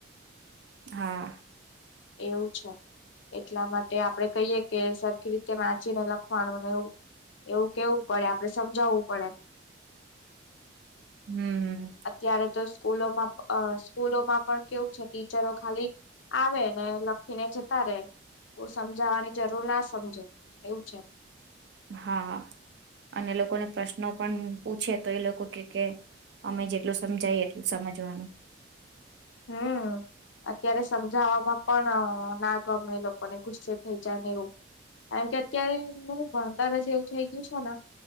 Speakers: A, on the right; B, on the left.
A: હા.
B: એવું છે એટલા મા તે આપરે કહીએ કે સરખી રીતે વાંચીને લખવાનું ને એવું એવું કેવું પડે આપડે સમજાવવું પડે. <inaudible>
A: હમ
B: અત્યારે તો સ્કૂલોમાં અ સ્કૂલો માં પણ કેવું છે ટીચરો ખાલી આવે ને લખી ને જતા રે બઉ સમજાવાની જરૂર ના સમજે એવું છે
A: હા અને લોકોને પ્રશ્નો પણ પૂછે તો એ લોકો કે કે અમે જેટલું સમજાયે એટલું સમજવાનું
B: હમ અત્યારે સમજાવવામાં પણ ના ગમે લોકોને ગુસ્સે થઈ જાય ને એવું કારણ કે અત્યારે નું ભણતર જ એવું થઈ ગયું છે ને